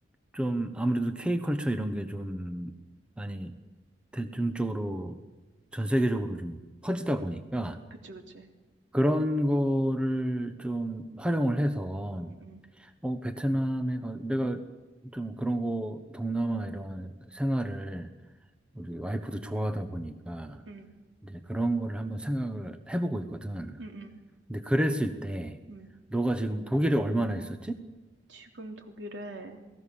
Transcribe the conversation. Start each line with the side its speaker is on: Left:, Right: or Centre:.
Centre: 좀 아무래도 K컬처 이런 게 좀 많이 대중적으로 전 세계적으로 좀 퍼지다 보니까
Right: 그치, 그치.
Centre: 그런 거를 좀 활용을 해서
Right: 음, 음,
Centre: 어, 베트남에 가, 내가 좀 그런 거, 동남아 이런 생활을 우리 와이프도 좋아하다 보니까
Right: 음,
Centre: 이제 그런 거를 한번 생각을 해보고 있거든.
Right: 음, 음.
Centre: 근데 그랬을 때,
Right: 음.
Centre: 너가 지금 독일에 얼마나 있었지?
Right: 지금 독일에